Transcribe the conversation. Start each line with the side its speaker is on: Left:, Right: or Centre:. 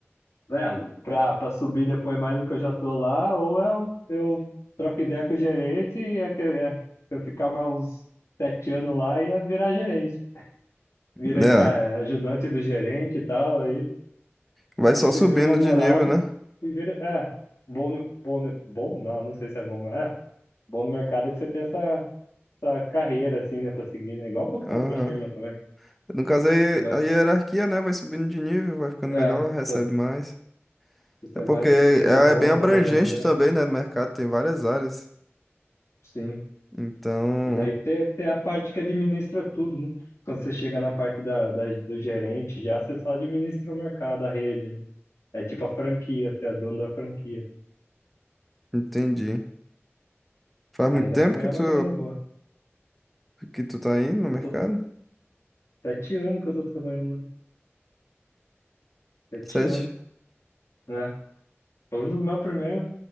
Left: né, pra, pra subir depois mais do que eu já tô lá, ou eu, eu troco ideia com o gerente e é, que- é, se eu ficar mais uns sete anos lá, ia virar gerente. Virei,
Centre: É,
Left: cara, ajudante do gerente e tal, aí
Centre: vai
Left: Aí
Centre: só
Left: você
Centre: subindo
Left: ganha uma moral
Centre: de nível, né?
Left: e vira. É, bom, no- bom, no- bom não, não sei se é bom, mas é bom no mercado é que você tem essa, essa carreira, assim, né, pra seguir, né? Igual qualquer
Centre: Aham.
Left: outra firma também.
Centre: No caso, aí
Left: Você vai.
Centre: a hierarquia, né? Vai subindo de nível, vai ficando
Left: É,
Centre: melhor, recebe
Left: quando
Centre: mais.
Left: você
Centre: É porque
Left: vai
Centre: é
Left: sendo bom,
Centre: é bem
Left: trabalhando
Centre: abrangente
Left: bem.
Centre: também, né? No mercado tem várias áreas.
Left: Sim.
Centre: Então,
Left: E daí tem, tem a parte que administra tudo, né? Quando você chega na parte da, da- do gerente, já você só administra o mercado, a rede, né? É tipo a franquia, você é dono da franquia.
Centre: entendi. Faz
Left: Aí
Centre: muito
Left: dá
Centre: tempo
Left: pra ganhar
Centre: que tu,
Left: uma grana boa.
Centre: que tu tá aí no mercado?
Left: Eu tô sete anos que eu tô trabalhando lá. Sete
Centre: Sete?
Left: anos. né Foi um dos meus primeiros,